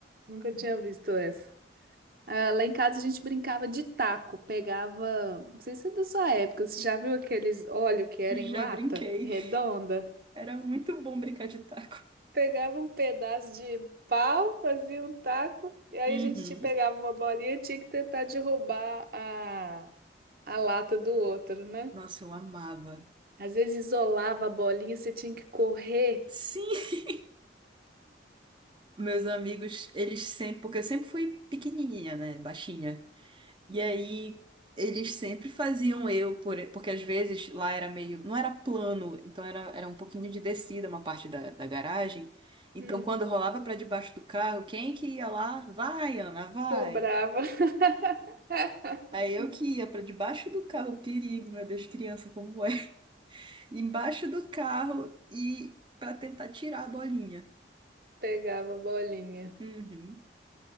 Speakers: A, on the right; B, on the right.
A: Nunca tinha visto essa. Ah, lá em casa a gente brincava de taco, pegava, não sei se é da sua época, você já viu aqueles óleo que era
B: Já
A: em lata
B: brinquei.
A: redonda?
B: <laughs> Era muito bom brincar de taco.
A: Pegava um pedaço de pau, fazia um taco, e aí
B: Uhum.
A: a gente te pegava uma bolinha e tinha que tentar derrubar a, a lata do outro, né?
B: Nossa, eu amava.
A: Às vezes isolava a bolinha, você tinha que correr,
B: Sim, meus amigos, eles sempre, porque eu sempre fui pequenininha, né, baixinha. E aí eles sempre faziam eu, por, porque às vezes lá era meio, não era plano, então era, era um pouquinho de descida uma parte da, da garagem. Então
A: hum,
B: quando rolava pra debaixo do carro, quem que ia lá? Vai, Ana, vai.
A: sobrava, <laughs>
B: Aí eu que ia pra debaixo do carro, perigo, meu Deus, criança como é. <laughs> Embaixo do carro e pra tentar tirar a bolinha.
A: pegava a bolinha.
B: Uhum,